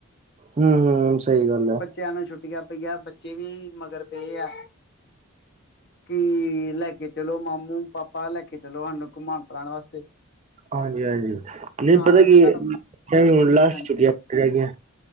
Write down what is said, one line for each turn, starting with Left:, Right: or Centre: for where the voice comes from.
Right: ਹੂੰ, ਹੂੰ ਸਹੀ ਗੱਲ ਆ।
Left: ਬੱਚਿਆ ਨੂੰ ਛੁੱਟੀਆਂ ਪਾਈਆ, ਬੱਚੇ ਵੀ ਮਗਰ ਪਏ ਆ। ਭੀ ਲੈ ਕੇ ਚੱਲੋ ਮਾਮੂ। ਪਾਪਾ ਲੈ ਕੇ ਚਲੋ ਸਾਨੂੰ, ਘੁਮਾਨ-ਫਿਰਾਨ ਵਾਸਤੇ।
Right: ਹਾਂਜੀ, ਹਾਂਜੀ। ਨਹੀਂ
Left: ਹਾਂ
Right: ਪਤਾ ਕੀ
Left: ਮੈਂ ਤੁਹਾਨੂੰ
Right: ਏ, ਏ ਹੁਣ ਲਾਸਟ
Left: ਹਾਂਜੀ
Right: ਛੁੱਟੀਆਂ ਰਹਿ ਗਈਆਂ,